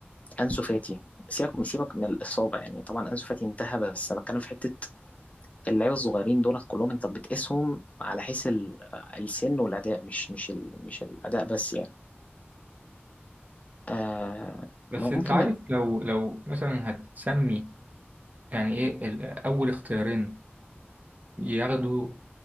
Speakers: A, on the left; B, on the right.
A: أنسو فاتي سيبك سيبك من الإصابة يعني طبعا أنسو فاتي انتهى بس أنا بتكلم في حتة اللعيبة الصغيرين دولت كلهم أنت بتقيسهم على حيث ال- السن والأداء مش مش ال... مش الأداء بس يعني آه
B: بس
A: ممكن
B: انت عارف
A: من...
B: لو لو مثلا هتسمي يعني ايه ال- اول اختيارين ياخدوا